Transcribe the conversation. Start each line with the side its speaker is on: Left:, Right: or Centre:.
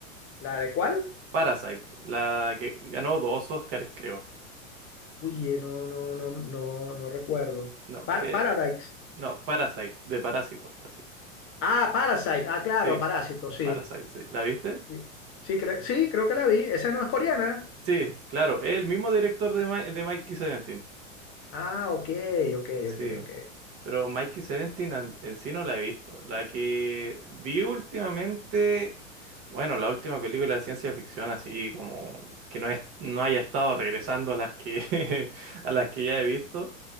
Left: ¿La de cuál?
Right: Parasite, la que ganó dos Oscars, creo.
Left: Uy, eh, no, no, no, no, no recuerdo.
Right: No,
Left: Par,
Right: eh,
Left: Paradise.
Right: no, Parasite, de Parásito, así.
Left: Ah, Parasite. Ah, claro,
Right: Sí,
Left: Parásito, sí.
Right: Parasite, sí. ¿La viste?
Left: Sí, sí, cre- sí, creo que la vi. Esa no es coreana.
Right: Sí, claro, es el mismo director de, Mi- de Mikey 17.
Left: Ah, ok, ok,
Right: Sí,
Left: ok, ok.
Right: pero Mikey 17 an- en sí no la he visto. La que vi últimamente, bueno, la última película de ciencia ficción así como que no es, no haya estado regresando a las que <laughs> a las que ya he visto.